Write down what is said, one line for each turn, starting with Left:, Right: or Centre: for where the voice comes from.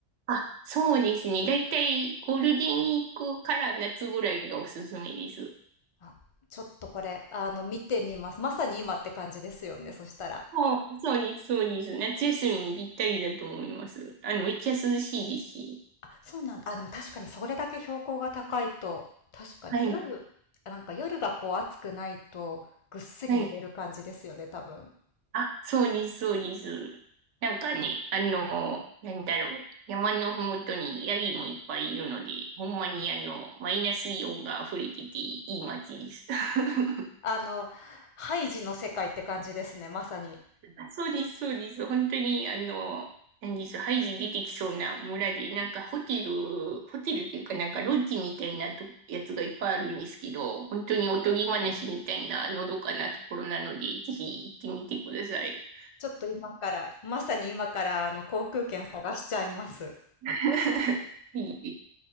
Right: あ、そうですね。だいたいゴールデンウィークから夏ぐらいがおすすめです。
Left: あ、ちょっとこれ、あの、見てみます。まさに今って感じですよね、そしたら。
Right: あそうです、そうです。夏休みにぴったりだと思います。あの、めっちゃ涼しいですし。
Left: あ、そうなんだ。あ、でも確かにそれだけ標高が高いと、確かに夜、
Right: はい、
Left: あなんか夜がこう暑くないと、ぐっすり寝れる感じですよね、
Right: はい。
Left: 多分。
Right: あ、そうです、そうです。なんかね、あの、なんだろう。山のふもとにヤギもいっぱいいるので、ほんまにあの、マイナスイオンが溢れてていい街です。<laughs>
Left: あの、ハイジの世界って感じですね、まさに。
Right: あそうです、そうです。本当に、あの、何です、ハイジ出てきそうな村で、なんかホテル、ホテルというかなんかロッジみたいなとやつがいっぱいあるんですけど、本当におとぎ話みたいなのどかなところなので、ぜひ行ってみてください。
Left: ちょっと今から、まさに今から、あの、航空券探しちゃいます。
Right: <laughs> いいで